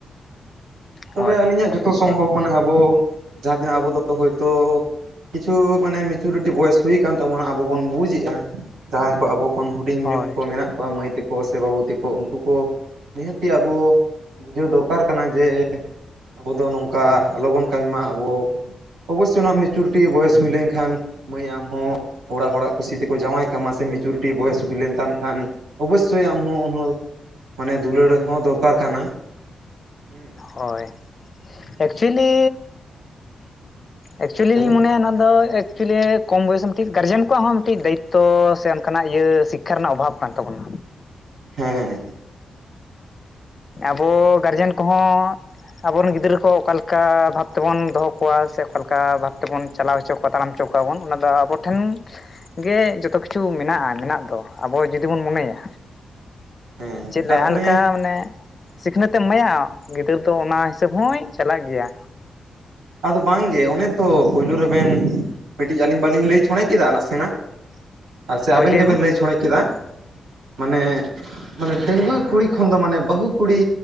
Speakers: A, on the right; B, on the left.
A: ᱛᱚᱵᱮ
B: ᱦᱳᱭ ᱦᱳᱭ
A: ᱟᱹᱞᱤᱧᱟᱜ ᱡᱚᱛᱚ ᱥᱚᱢᱵᱷᱚᱵᱽ
B: ᱮ
A: ᱢᱟᱱᱮ ᱟᱵᱚ ᱡᱟᱦᱟ ᱛᱤᱱᱟᱹᱜ ᱟᱵᱚ ᱫᱚ ᱦᱚᱳᱭᱛᱳ ᱠᱤᱪᱷᱩ ᱢᱟᱱᱮ ᱢᱤᱪᱩᱨᱤᱴᱤ ᱵᱚᱭᱚᱥ ᱦᱩᱭ ᱠᱟᱱ ᱛᱟᱵᱚᱱᱟ ᱟᱵᱚ ᱵᱚᱱ ᱵᱩᱡ ᱮᱜᱼᱟ ᱡᱟᱸᱦᱟᱭ ᱠᱚ ᱟᱵᱚ ᱠᱷᱚᱱ ᱦᱩᱰᱤᱧ
B: ᱦᱳᱭ
A: ᱧᱚᱜ ᱠᱚ ᱢᱮᱱᱟᱜ ᱠᱚᱣᱟ ᱢᱟᱹᱭ ᱛᱟ ᱠᱚ ᱥᱮ ᱵᱟᱹᱵᱩ ᱛᱮᱠᱚ ᱩᱱᱠᱩ ᱠᱚ ᱱᱤᱦᱟᱹᱛᱤ ᱟᱵᱚ ᱵᱩᱡᱷᱟᱹᱣ ᱫᱚᱨᱠᱟᱨ ᱠᱟᱱᱟ ᱡᱮ ᱟᱵᱚ ᱫᱚ ᱱᱚᱝᱠᱟ
B: ᱴᱷᱤᱠ
A: ᱟᱞᱚᱵᱚᱱ ᱠᱟᱹᱢᱤ ᱢᱟ ᱟᱵᱚ ᱚᱵᱳᱥᱥᱚ ᱱᱚᱣᱟ ᱢᱤᱪᱩᱨᱤᱴᱤ ᱵᱚᱭᱮᱥ ᱦᱩᱭ ᱞᱮᱱᱠᱷᱟᱱ ᱢᱟᱹᱭ ᱟᱢᱦᱚᱸ ᱚᱲᱟᱜ ᱦᱚᱲᱟᱜ ᱠᱩᱥᱤ ᱛᱮᱠᱚ ᱡᱟᱶᱟᱭ ᱠᱟᱢᱟ ᱥᱮ ᱢᱮᱤᱪᱩᱨᱤᱴᱤ ᱵᱚᱭᱮᱥ ᱦᱩᱭ ᱞᱮᱱ ᱛᱟᱢ ᱠᱷᱟᱱ ᱚᱵᱳᱥᱥᱳᱭ ᱟᱢᱦᱚᱸ ᱩᱱᱦᱚᱸ ᱢᱟᱱᱮ ᱫᱩᱞᱟᱹᱲ ᱦᱚᱸ ᱫᱚᱨᱠᱟᱨ ᱠᱟᱱᱟ, ᱦᱩᱸ᱾
B: ᱦᱳᱭ᱾ ᱮᱠᱪᱩᱭᱮᱞᱤ, ᱮᱠᱪᱩᱭᱮᱞᱤ
A: ᱞᱟᱹᱭ
B: ᱞᱤᱧ
A: ᱢᱮ
B: ᱢᱚᱱᱮᱭᱟ ᱱᱚᱣᱟ ᱫᱚ <inaudible> ᱮᱠᱪᱩᱭᱮᱞᱤ ᱠᱚᱢ ᱵᱚᱭᱮᱥ <unintelligible> ᱜᱟᱨᱡᱮᱱ ᱠᱚᱣᱟᱜ ᱦᱚᱸ ᱢᱤᱫᱴᱤᱡ ᱫᱟᱭᱤᱛᱛᱚ ᱥᱮ ᱚᱱᱠᱟᱱᱟᱜ ᱤᱭᱟᱹ ᱥᱤᱠᱠᱷᱟ ᱨᱮᱱᱟᱜ ᱚᱵᱷᱟᱵ ᱠᱟᱱ ᱛᱟᱵᱚᱱᱟ᱾
A: ᱦᱮᱸ᱾
B: ᱟᱵᱚ ᱜᱟᱨᱡᱮᱱ ᱠᱚᱦᱚᱸ ᱟᱵᱚᱨᱮᱱ ᱜᱤᱫᱽᱨᱟᱹ ᱠᱚ ᱚᱠᱟ ᱞᱮᱠᱟ ᱵᱷᱟᱵ ᱛᱮᱵᱚᱱ ᱫᱚᱦᱚ ᱠᱚᱣᱟ ᱥᱮ ᱚᱠᱟᱞᱮᱠᱟ ᱵᱷᱟᱵ ᱛᱮᱵᱚᱱ ᱪᱟᱞᱟᱣ ᱦᱚᱪᱚ ᱠᱚᱣᱟ ᱛᱟᱲᱟᱢ ᱦᱚᱪᱚ ᱠᱚᱣᱟ ᱵᱚᱱ ᱚᱱᱟ ᱫᱚ ᱟᱵᱚ ᱴᱷᱮᱱ ᱜᱮ ᱡᱚᱛᱚ ᱠᱤᱪᱷᱩ ᱢᱮᱱᱟᱜᱼᱟ ᱢᱮᱱᱟᱜ ᱫᱚ᱾ ᱟᱵᱚ ᱡᱩᱫᱤ ᱵᱚᱱ ᱢᱚᱱᱮᱭᱟ,
A: ᱦᱮᱸ
B: ᱪᱮᱫ
A: ᱟᱨ
B: ᱡᱟᱸᱦᱟ
A: ᱚᱱᱮ
B: ᱞᱮᱠᱟ ᱢᱟᱱᱮ ᱥᱤᱠᱷᱱᱟᱹᱛ ᱮᱢ ᱮᱢᱟᱭᱟ ᱜᱤᱫᱟᱹᱨ ᱫᱚ ᱚᱱᱟ ᱦᱤᱥᱟᱹᱵᱽ ᱦᱚᱸᱭ ᱪᱟᱞᱟᱜ ᱜᱮᱭᱟ᱾
A: ᱟᱫᱚ ᱵᱟᱝᱜᱮ ᱚᱱᱮ ᱛᱚ ᱯᱩᱭᱞᱩ ᱨᱮᱵᱮᱱ ᱠᱟᱹᱴᱤᱡ ᱟᱞᱤᱧ ᱵᱟᱞᱤᱧ ᱞᱟᱹᱭ ᱪᱷᱚᱸᱲᱮ ᱠᱮᱫᱟ ᱱᱟᱥᱮᱱᱟᱜ? ᱟᱨ ᱥᱮ
B: ᱦᱳᱭ
A: ᱟᱵᱮᱱ ᱜᱮᱵᱮᱱ
B: ᱵᱤᱱ
A: ᱞᱟᱹᱭ ᱪᱷᱚᱸᱲᱮ ᱠᱮᱫᱟ ᱢᱟᱱᱮ ᱢᱟᱱᱮ ᱰᱟᱹᱝᱜᱩᱣᱟᱹ ᱠᱩᱲᱤ ᱠᱷᱚᱱ ᱫᱚ ᱢᱟᱱᱮ ᱵᱟᱹᱦᱩ ᱠᱩᱲᱤ